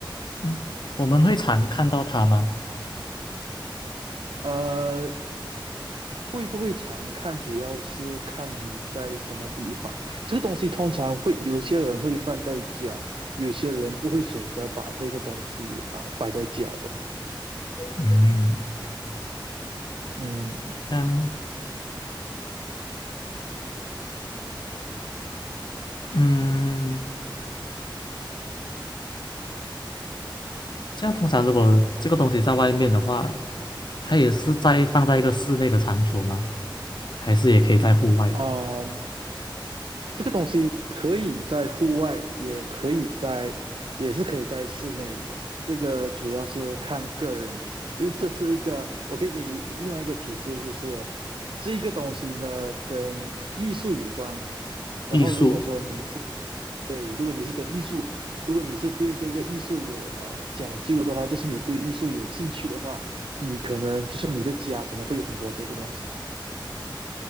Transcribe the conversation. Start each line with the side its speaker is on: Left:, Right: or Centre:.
Left: 嗯，我们会常看到它吗？
Right: 呃，会不会常看，主要是看你在什么地方。这个东西通常会有些人会放在家，有些人不会选择把这个东西啊、摆在家的。
Left: 嗯，
Right: 嗯
Left: 像，嗯。这样通常如果这个东西在外面的话，它也是在放在一个室内的场所吗？还是也可以在户外？
Right: 啊、这个东西可以在户外，也可以在，也是可以在室内的。这个主要是看个人，因为这是一个，我可以给你另外一个提示，就是这个东西呢跟艺术有关。然后如果说你是
Left: 艺术，
Right: 对，如果你是跟艺术，如果你是对这个艺术有呃讲究的话，就是你对艺术有兴趣的话，你可能就是你的家可能会有很多这个东西。